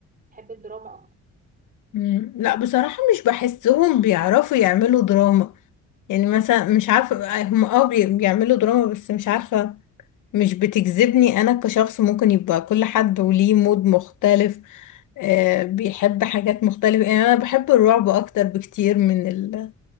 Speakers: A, on the right; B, on the left.
A: بحب الدراما اكتر
B: مم. لا بصراحة مش بحسهم بيعرفوا يعملوا دراما يعني مثلا مش عارفة هم اه بي- بيعملوا دراما بس مش عارفة مش بتجذبني أنا كشخص ممكن يبقى كل حد وليه مود مختلف آه بيحب حاجات مختلفة يعني أنا بحب الرعب أكتر بكتير من ال...